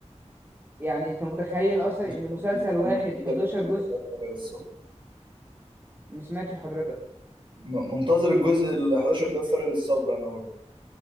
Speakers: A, on the right; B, on the right.
A: يعني انت متخيل اصلا
B: مش-
A: ان مسلسل واحد
B: منتظر
A: 11
B: الجزء
A: جزء
B: ده بفارغ الصبر
A: ما سمعتش حضرتك
B: م- منتظر الجزء ال 11 ده بفارغ الصبر أنا